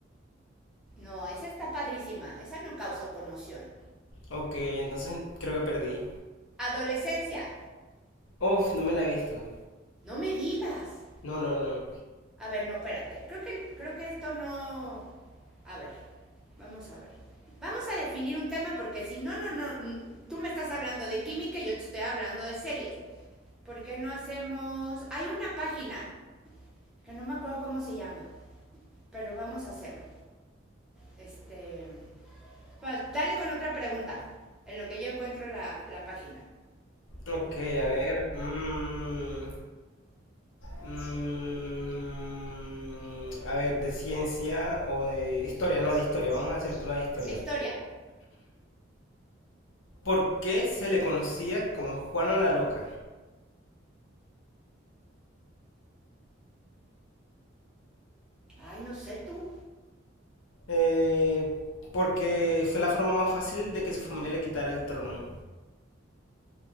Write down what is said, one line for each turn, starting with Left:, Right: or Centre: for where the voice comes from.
Centre: No, esa está padrísima. Esa no causó conmoción.
Left: Ok, entonces creo que perdí.
Centre: Adolescencia.
Left: Uf, no me la he visto.
Centre: No me digas.
Left: No, no, no.
Centre: A ver, no, espérate. Creo que, creo que esto no... A ver, vamos a ver. Vamos a definir un tema porque si no, no, no, tú me estás hablando de química y yo te estoy hablando de series. ¿Por qué no hacemos... Hay una página que no me acuerdo cómo se llama, pero vamos a hacerlo. Este... bueno, dale con otra pregunta, en lo que yo encuentro la, la página.
Left: Ok, a ver. mm, Mm, a ver, de ciencia o de historia, no de historia, vamos a hacerte una de historia.
Centre: La historia.
Left: ¿Por qué se le conocía como Juana la Loca?
Centre: Ay, no sé tú.
Left: Eh, porque fue la forma más fácil de que su familia le quitara el trono.